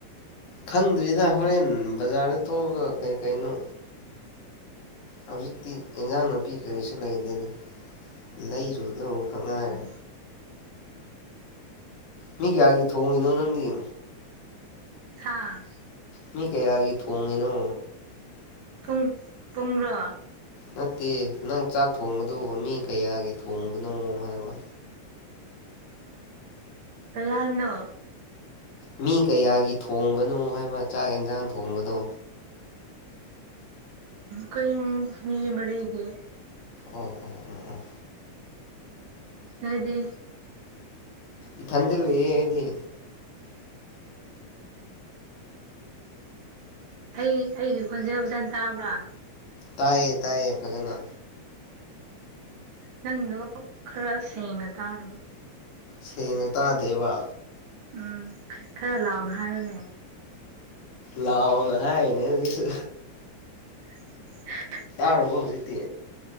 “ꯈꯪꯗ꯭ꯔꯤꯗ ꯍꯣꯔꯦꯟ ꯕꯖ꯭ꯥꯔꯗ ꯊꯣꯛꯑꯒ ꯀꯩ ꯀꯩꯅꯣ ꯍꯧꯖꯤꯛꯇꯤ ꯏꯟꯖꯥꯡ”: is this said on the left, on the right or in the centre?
Left